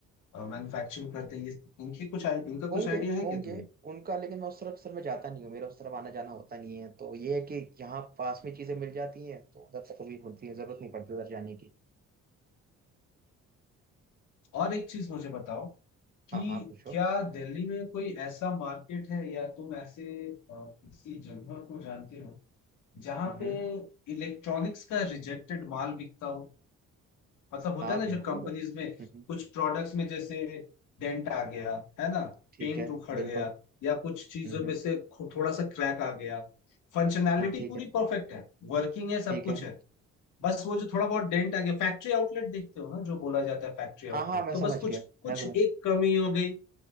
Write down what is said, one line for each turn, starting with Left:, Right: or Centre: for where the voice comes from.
Left: मैन्युफैक्चरिंग करते हैं ये इनकी कुछ i- इनका कुछ
Right: होंगे
Left: आइडिया है
Right: होंगे
Left: क्या तुम्हें
Right: उनका लेकिन मैं उस तरफ सर मैं जाता नहीं हूँ मेरा उस तरफ आना जाना होता नहीं है तो ये है कि यहाँ पास में चीजें मिल जाती हैं तो उधर तक कभी होती है जरूरत नहीं पड़ती उधर जाने की
Left: और एक चीज मुझे बताओ कि
Right: हाँ हाँ पूछो
Left: क्या दिल्ली में कोई ऐसा मार्केट है या तुम ऐसे अ, किसी जगह को जानते हो जहाँ
Right: हम्म
Left: पे इलेक्ट्रॉनिक्स का रिजेक्टेड माल बिकता हो मतलब होता
Right: हाँ
Left: है ना
Right: बिल्कुल
Left: जो कंपनीज में
Right: हम्म
Left: कुछ प्रोडक्ट्स में जैसे डेंट आ गया है ना
Right: ठीक
Left: पेंट
Right: है
Left: उखड़
Right: बिल्कुल
Left: गया या कुछ चीजों
Right: हम्म
Left: में से खो- थोड़ा सा क्रैक आ गया फंक्शनैलिटी
Right: हाँ ठीक
Left: पूरी
Right: है
Left: परफेक्ट है वर्किंग है
Right: ठीक
Left: सब कुछ
Right: है
Left: है बस वो जो थोड़ा बहुत डेंट आ गया फैक्ट्री आउटलेट देखते हो ना जो बोला जाता है फैक्ट्री आउटलेट
Right: हाँ हाँ मैं
Left: तो
Right: समझ
Left: बस कुछ
Right: गया
Left: कुछ
Right: मैं समझ
Left: एक कमी हो गई